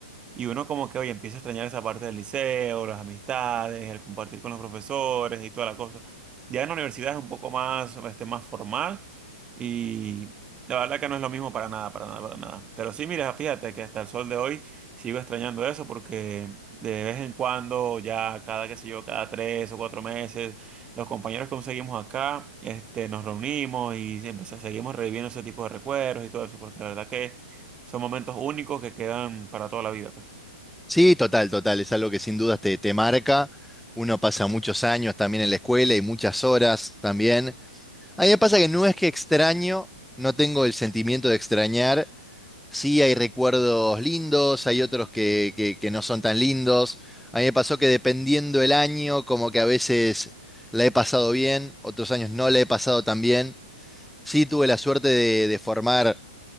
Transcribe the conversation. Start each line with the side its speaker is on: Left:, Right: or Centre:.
Right: Y uno como que, oye, empieza a extrañar esa parte del liceo, las amistades, el compartir con los profesores y toda la cosa. Ya en la universidad es un poco más, este, más formal y la verdad que no es lo mismo para nada, para nada, para nada. Pero sí, mira, fíjate que hasta el sol de hoy sigo extrañando eso porque de vez en cuando, ya cada, qué sé yo, cada tres o cuatro meses, los compañeros que conseguimos acá, este, nos reunimos y siempre seguimos reviviendo ese tipo de recuerdos y todo eso porque la verdad que son momentos únicos que quedan para toda la vida, pues.
Centre: Sí, total, total. Es algo que sin dudas te, te marca. Uno pasa muchos años también en la escuela y muchas horas también. A mí me pasa que no es que extraño, no tengo el sentimiento de extrañar. Sí, hay recuerdos lindos, hay otros que, que, que no son tan lindos. A mí me pasó que dependiendo el año, como que a veces la he pasado bien, otros años no la he pasado tan bien. Sí, tuve la suerte de de formar